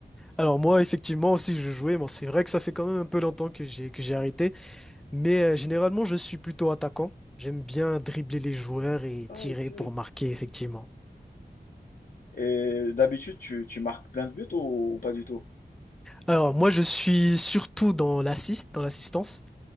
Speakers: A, in the centre; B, on the left (about 55°).
A: Alors moi, effectivement, aussi, je jouais. Bon, c'est vrai que ça fait quand même un peu longtemps que j'ai que j'ai arrêté. Mais euh, généralement, je suis plutôt attaquant. J'aime bien dribbler les joueurs et
B: Ah,
A: tirer
B: ok.
A: pour marquer, effectivement.
B: Et d'habitude, tu, tu marques plein de buts ou, ou pas du tout?
A: Alors moi, je suis surtout dans l'assist, dans l'assistance.